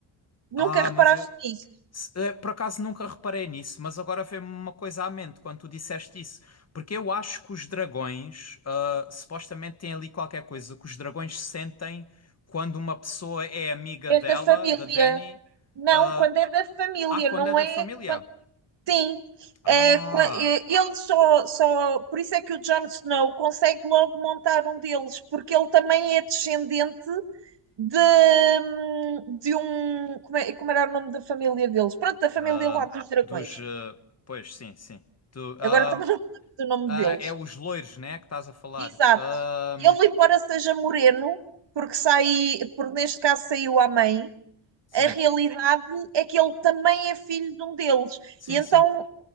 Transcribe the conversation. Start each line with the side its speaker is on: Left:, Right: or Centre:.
Right: Nunca
Left: Ah,
Right: reparaste
Left: mas eu
Right: nisso.
Left: se- eh, por acaso nunca reparei nisso, mas agora veio-me uma coisa à mente quando tu disseste isso, porque eu acho que os dragões ah, supostamente têm ali qualquer coisa que os dragões sentem quando uma pessoa é amiga
Right: É
Left: dela,
Right: da família.
Left: da Dani,
Right: Não,
Left: ah,
Right: quando é da família,
Left: ah, quando
Right: não
Left: é da
Right: é
Left: família.
Right: Sim,
Left: Ah,
Right: é, qua- é, ele só, só. Por isso é que o Jon Snow consegue logo montar um deles, porque ele também é descendente de, hum, de um. Como, é- como era o nome da família deles? Pronto, da família
Left: ah,
Right: lá dos dragões.
Left: dos, ah, pois sim, sim. Do, ah,
Right: Agora também não me lembro do nome
Left: ah,
Right: deles.
Left: é os loiros, né, que estás a falar.
Right: Exato.
Left: Ah,
Right: Ele, embora seja moreno, porque sai, porque neste caso saiu à mãe,
Left: sim,
Right: a realidade é que ele também é filho de um deles.
Left: sim,
Right: E então
Left: sim.